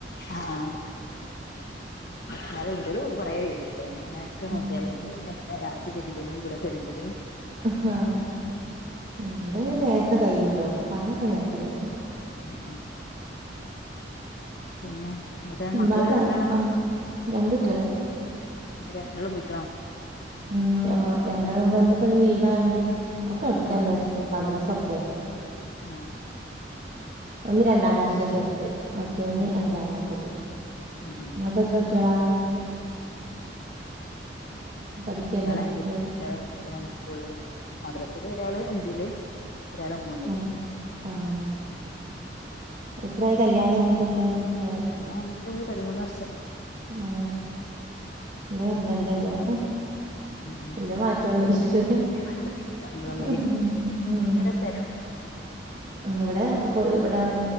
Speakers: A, on the left (about 55°); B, on the right (about 45°).
A: ആഹ് ന്നാൽ ഇന്റത് കൊറേ വേകി ഞാാന ഇങ്ങനൊക്കെ നോക്കിയറുണ്ട്
B: ഉം
A: അവ തിരുന്തലും കൂടെ കഴുമ്പോതിന്
B: ആഹ് ഇവിടെ നേരത്തെ കയ്യൂട്ടോ പണിയൊക്കെ നേരത്തെ കഴിക്കും
A: ഉം ഉം പിന്നെ എന്തൊക്കെ
B: ഉമ്മാക്ക്
A: മക്കള് എത്ര ആളാ
B: ഉം. രണ്ട് കുട്ടികള്
A: രണ്ടളും പോയിക്ക്ണ
B: ഉ ഓ രണ്ടാ മുമ് വന്ന ഇപ്പന്ന് ലീവ് ആയോണ്ട് ഒക്കെ അടുത്തന്നെ
A: നാളെ
B: സ്കൂൾ മദ്രസ ഒക്കെ
A: ആഹ്
B: ഒന്ന് രണ്ടാം ക്ലാസ്സിലാ ചെറുത് മറ്റവന്
A: ഉം
B: അഞ്ചാം ക്ലാസ്സില്
A: ഉം
B: നിങ്ങക്ക് എത്ര കുട്ടികളാ പഠിക്കന്നെ
A: ഒരാള അഞ്ച
B: കുട്ട്യാള്
A: ഒരാൾ അതാണ് സ്കൂള് മദ്രാസില് ഒരാള് അഞ്ചില് ഒരാള് മൂന്നില്
B: ഉം ആഹ് എത്രയി കല്യാണം കഴിഞ്ഞിട്ടൊക്കെ കൊറെയോ
A: ഇവിടെ വന്നിട്ട് പതിമൂന്ന് വർഷം
B: ആഹ് ഇന്റെ പന്ത്രണ്ടല്ലോ ആഹ് എല്ല
A: ഉം ഉം
B: മാറ്റൊന്നുലല്ല
A: മാറ്റൊന്നുല്ല നമ്മള് തമ്മില്
B: ഉം
A: എവിടെ സ്ഥലം
B: ഉം ഇവിടെ ഇവിടെ